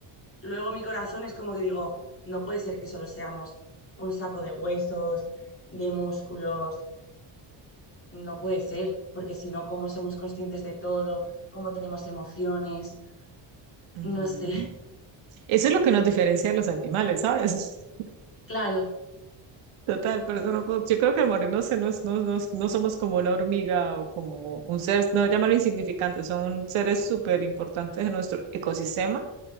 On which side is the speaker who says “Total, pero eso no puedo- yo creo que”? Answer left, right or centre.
Right